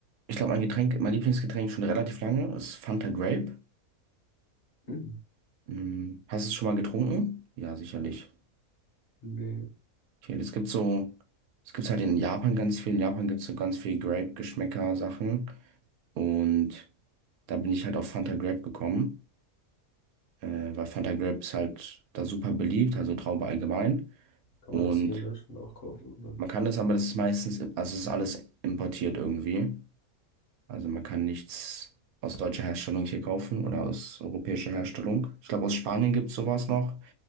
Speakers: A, on the right; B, on the left.
A: ich glaube, mein Getränk, mein Lieblingsgetränk schon relativ lange ist Fanta Grape.
B: Hm.
A: Hm, hast du es schon mal getrunken? Ja, sicherlich.
B: Nee.
A: Okay, es gibt so, es gibt's halt in Japan ganz viel. In Japan gibt's so ganz viel Grape-Geschmäcker-Sachen. Und da bin ich halt auf Fanta Grape gekommen. äh, weil Fanta Grape ist halt da super beliebt, also Traube allgemein.
B: Kann
A: Und
B: man das hier in Deutschland auch kaufen? Oder?
A: man kann das, aber das ist meistens, also es ist alles importiert irgendwie. Also man kann nichts aus deutscher Herstellung hier kaufen oder aus europäischer Herstellung. Ich glaube, aus Spanien gibt es sowas noch.